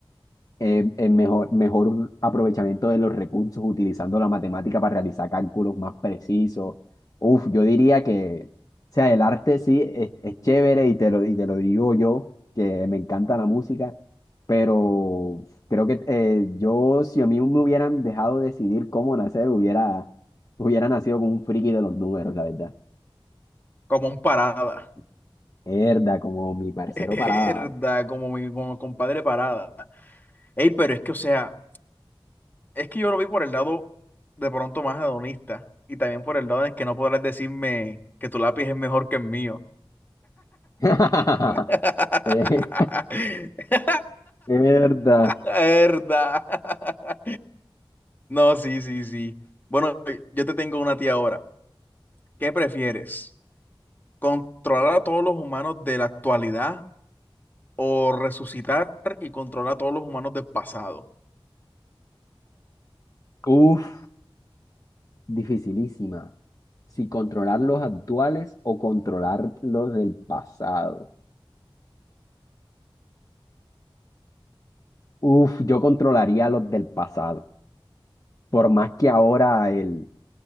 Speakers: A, on the left; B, on the left.
A: eh, eh, mejor, mejor aprovechamiento de los recursos utilizando la matemática para realizar cálculos más precisos. Uf, yo diría que, o sea, el arte sí es, es chévere y te lo, y te lo digo yo, que me encanta la música, pero creo que eh, yo, si a mí me hubieran dejado decidir cómo nacer, hubiera, hubiera nacido con un friki de los números, la verdad.
B: Como un parada,
A: Herda, como mi parcero
B: <laughs>
A: Parada.
B: verdad, como mi como mi compadre parada. Ey, pero es que, o sea... Es que yo lo vi por el lado de pronto más hedonista y también por el lado de que no podrás decirme que tu lápiz es mejor que el mío.
A: <laughs>
B: <laughs>
A: Eh, Verdad.
B: La verdad. No, sí, sí, sí. Bueno, yo te tengo una tía ahora. ¿Qué prefieres? ¿Controlar a todos los humanos de la actualidad o resucitar y controlar a todos los humanos del pasado?
A: Uf, dificilísima. Si controlar los actuales o controlar los del pasado. Uf, yo controlaría los del pasado. Por más que ahora el,